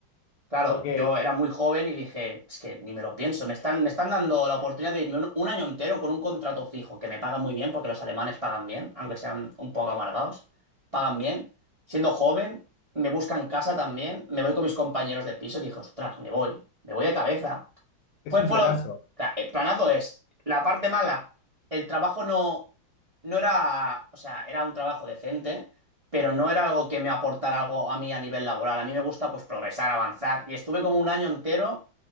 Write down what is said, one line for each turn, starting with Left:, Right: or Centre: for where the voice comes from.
Right: Claro,
Left: Ok,
Right: yo era muy joven y dije, es que ni me lo pienso, me están, me están dando la oportunidad de irme un, un año entero con un contrato fijo, que me pagan muy bien, porque los alemanes pagan bien, aunque sean un poco amargados, pagan bien. Siendo joven, me buscan casa también, me voy con mis compañeros de piso y dije, ostras, me voy, me voy de cabeza.
Left: es
Right: ¿Cuál
Left: un
Right: fue
Left: planazo.
Right: lo...? o El planazo es, la parte mala, el trabajo no, no era, o sea, era un trabajo decente, pero no era algo que me aportara algo a mí a nivel laboral. A mí me gusta pues progresar, avanzar. Y estuve como un año entero